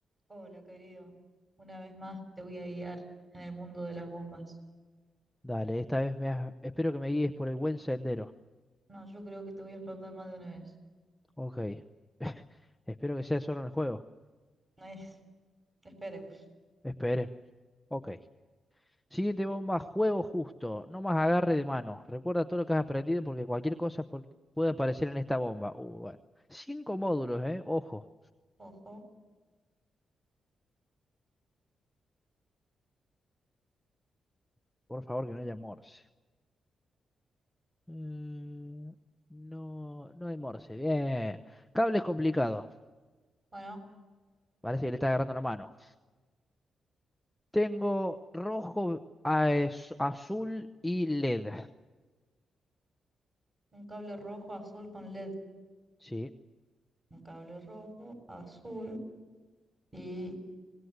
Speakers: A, on the right; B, in the centre.
A: Hola, querido. Una vez más te voy a guiar en el mundo de las bombas.
B: Dale, esta vez me has- espero que me guíes por el buen sendero.
A: No, yo creo que te voy a explotar más de una vez.
B: Ok. <laughs> Espero que sea solo en el juego.
A: No Es, esperemos.
B: Esperemos. Ok. Siguiente bomba, juego justo. No más agarre de mano. Recuerda todo lo que has aprendido porque cualquier cosa por- puede aparecer en esta bomba. Uh, bueno. Cinco módulos, ¿eh? Ojo.
A: Ojo.
B: Por favor, que no haya morse. Mm, no, no hay morse. Bien. Cables complicados.
A: Bueno,
B: Parece que le está agarrando la mano. Tengo rojo, a- es- azul y LED.
A: un cable rojo, azul con LED.
B: Sí.
A: Un cable rojo, azul y